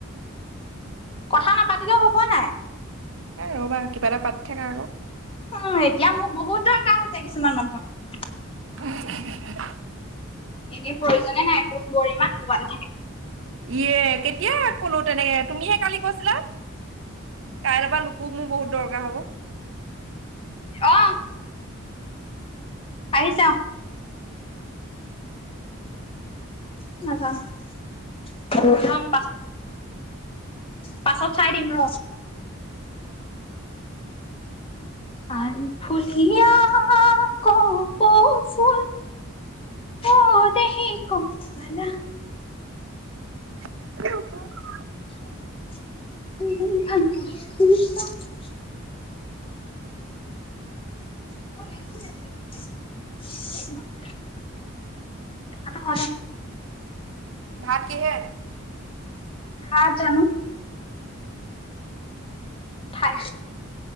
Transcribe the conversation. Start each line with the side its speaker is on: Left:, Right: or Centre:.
Left: কথা নাপাতিলেও হব নাই?
Right: এ ৰ'বা কিবা এটা পাত থাকে আক।
Left: উম এতিয়া মোক বহুত দৰকাৰ হৈছে কিছুমান মানুহৰ।
Right: <unintelligible>
Left: এনেই প্ৰয়োজনে নাই, কোন গৰিমা ক'ৰবাতে থাকে।
Right: ইয়ে কেতিয়া কলো তেনেকে তুমিহে কালি কৈছিলা? কাইলৈৰ পৰা লুকু মোৰ বহুত দৰকাৰ হব।
Left: অ। আহিছা অ। <unintelligible> পাছত চাই দিম ৰ। আৰু ফুল কিয়া ক পচোন অ দেহি কম পালা
Right: <inaudible>
Left: ভ <inaudible> <inaudible> আটা হয়
Right: ভাত কিহে?
Left: হা জানো থাই